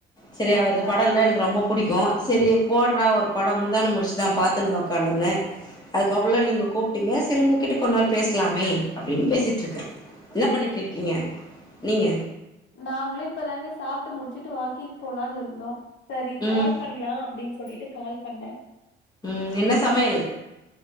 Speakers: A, on the left; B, on the left.
A: சரி
B: ஆமா
A: அவர்து படல்லா எனக்கு ரொம்ப புடிக்கு சரி போட்றா ஒரு படம் முந்தான முடிச்சுதா பாத்துண்ங்கோம் கனந்தே அதுக்கப்புல்ல நீங்க கூப்டீங்க செறு உங்க கிட்ட கொன் நேர் பேஸ்லாமே அப்டின் பேசிட்ருக்க என்ன பண்ணிட்ருக்கீங்க நீங்க
B: நாங்ளு இப்பதாங்க சாப்ட்டு முடிச்சிட்டு வாக்கிக் போலான் இருந்தோ சரி
A: ம்
B: கால் பணி ன்லா அப்டின் சொல்லிட்டு கால் பண்ணே
A: ம் என்ன சமையல்